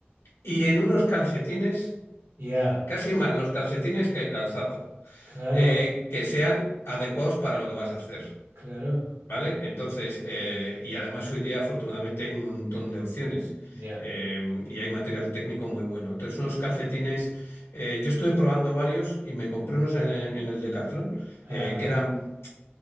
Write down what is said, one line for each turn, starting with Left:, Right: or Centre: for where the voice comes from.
Left: Y en unos calcetines,
Right: ya,
Left: casi más los calcetines que el calzado,
Right: Claro,
Left: eh, que sean adecuados para lo que vas a hacer,
Right: claro,
Left: ¿vale? Entonces, eh, y además hoy día afortunadamente hay un montón de opciones
Right: ya,
Left: eh, y hay material técnico muy bueno. Entonces, unos calcetines, eh, yo estuve probando varios y me compré unos en, en el Decathlon,
Right: Ajá,
Left: eh, que eran,